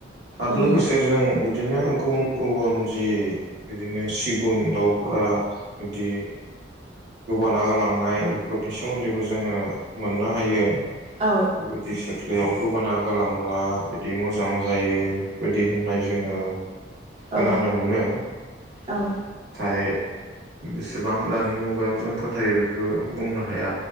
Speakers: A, on the right; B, on the right.
A: आरो
B: औ
A: लोगोसे जों बिदिनो गुबुन गुबुन जि बिदिनो सिगुन दाउफोरा बिदि गोबाना गालां नाय बेफोरनि सोमोन्दैबो जोङो मोननो हायो।
B: औ
A: बेबायदिसो। बेयाव गोबाना गालांब्ला बिदि मोजां जायो बेफोरबायदि होननाय जोङो खोनानो
B: औ
A: मोनो। नाथाय
B: औ
A: बेसेबां दानि मु गायाव जों फोथायो बेखौ बुंनो हाया